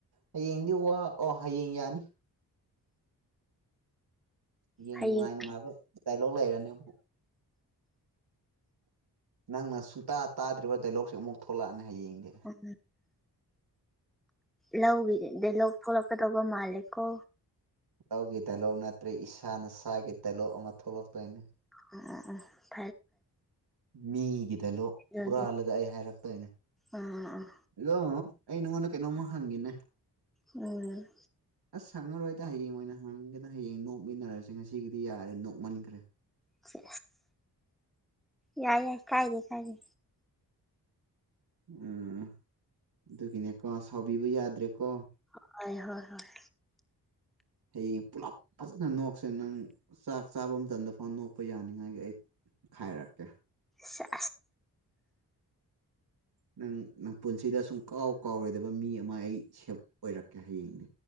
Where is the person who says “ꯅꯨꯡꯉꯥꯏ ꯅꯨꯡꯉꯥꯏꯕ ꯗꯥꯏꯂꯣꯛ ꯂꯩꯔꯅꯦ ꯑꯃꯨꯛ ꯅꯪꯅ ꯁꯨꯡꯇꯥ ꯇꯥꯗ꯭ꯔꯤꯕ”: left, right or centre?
Right